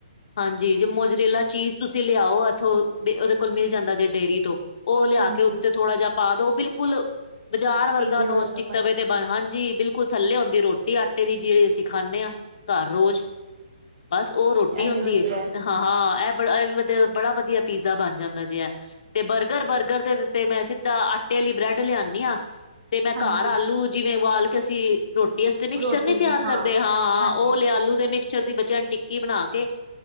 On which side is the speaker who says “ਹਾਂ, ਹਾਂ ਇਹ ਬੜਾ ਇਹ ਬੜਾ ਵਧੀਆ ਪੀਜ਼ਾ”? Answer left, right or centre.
Left